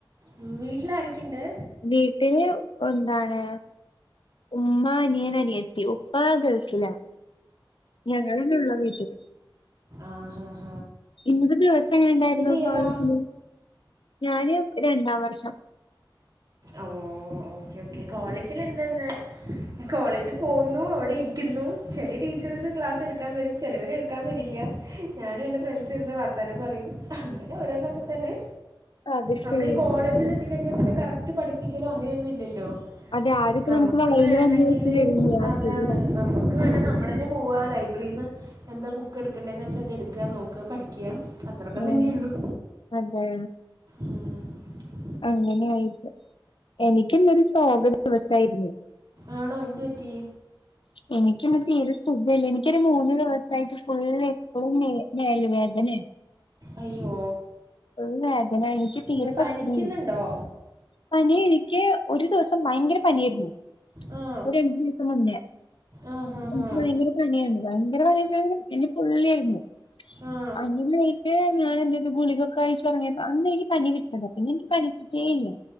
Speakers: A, on the right (about 45°); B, on the left (about 75°).
A: ഉം വീട്ടിലാരൊക്കെ ഇണ്ട്
B: വീട്ടില് എന്താണ് ഉമ്മ അനിയൻ അനിയ ഉപ്പാ ഗൾഫിലാ ഞങ്ങള് തന്നെ ഉള്ളു ആ വീട്ടിൽ
A: ആഹ് ആഹ്
B: ഇന്നത്തെ ദിവസം എങ്ങനെണ്ടായിരുന്നു
A: ഇയറാ
B: കോളേജില് ഞാന് രണ്ടാം വർഷം
A: ഓഹ് ഓക്കെ ഓക്കെ കോളേജിൽ എന്താ ഇന്ന് കോളേജി പോകുന്നു അവടെരിക്കുന്നു ചെല ടീച്ചേറ്സ് ക്ലാസെടുക്കാൻ വരും ചെലവര് എടു ക്കം വരില്ല ഞാനും എൻ്റെ ഫ്രെണ്ട്സും ഇരുന്ന് വർത്താനം പറയും അങ്ങനെ ഓരോന്നൊക്കെ തന്നെ
B: അത്
A: നമ്മള്
B: ശരി.
A: ഈ കോളേജില് എത്തിക്കഴിഞ്ഞാ പിന്നെ കറക്റ്റ് പഠിപ്പിക്കല്ലോ അങ്ങനെയൊന്നും ഇല്ലല്ലോ
B: അതെ ആദ്യത്തെ
A: നമ്മക്ക്
B: നമുക്ക് വായില്
A: വേണെങ്കില്
B: വന്ന് വെച്ച് തരില്ലേ ആ
A: അതാണ്
B: ശരിയാണ്.
A: നമ്മുക്ക് വേണേ നമ്മള് തന്നെ പോവ ലൈബ്രറിന്ന് എന്താ ബുക്ക് എടുക്കേണ്ടെന്ന് വെച്ചാ അതെടുക്കുക നോക്കുക പഠിക്കുക അത്രൊക്കെ
B: ഉം
A: തന്നെയുള്ളു
B: അതെ
A: ഹ്മ്മ്
B: അങ്ങനെ ആയിട്ട് എനിക്കിന്നൊരു ശോക ദിവസായിരുന്നു
A: ആണോ എന്ത് പറ്റി
B: എനിക്കന്ന് തീരെ സുഖല്ല എനിക്കൊരു മൂന്ന് ദിവസായിട്ട് ഫുള്ള് ഇപ്പളും മേ മേല് വേദനെ
A: അയ്യോ
B: ഒരു വേദന എനിക്ക് തീരെ
A: ഇങ്ങനെ
B: പറ്റണില്ല
A: പനിക്കുന്നുണ്ടോ
B: പനി എനിക്ക് ഒര് ദിവസം ഭയങ്കര പനിയായിരുന്നു
A: ആ
B: ഒര് രണ്ട് ദിവസം മുന്നേ,
A: ആ ഹാ
B: എനിക്ക്
A: ഹാ
B: ഭയങ്കര പനിയായിരുന്നു ഭയങ്കര പനിന്ന് വച്ച എന്നെ പൊള്ളിരുന്നു
A: ആ
B: അങ്ങനെ എന്നിട്ട് ഞാനന്തെയ്തു ഗുളികയൊക്കെ കഴിച്ചൊറങ്ങിയപ്പോ അന്നെനിക്ക് പനി വിട്ടതാ പിന്നെ എനിക്ക് പനിച്ചിട്ടേ ഇല്ല